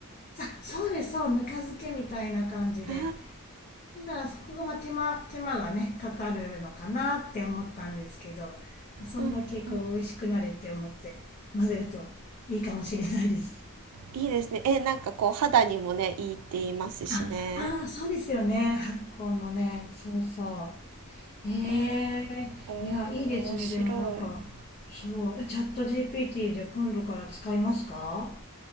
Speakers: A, on the left; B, on the right.
A: さそうですそうぬか漬けみたいな感じで
B: あ、
A: だからそこがまあ手間手間がねかかるのかなって思ったんですけどそんだけこう美味しくなれって思って混ぜるといいかもしれないです
B: うんうん。いいですね。え、なんかこう肌にもね、いいって言いますしね。
A: あああそうですよね発酵のねそうそうええいや、
B: えー、お、
A: いいですね。
B: 面白い。
A: でもなんか、そう、チャット GPT じゃ今度から使いますか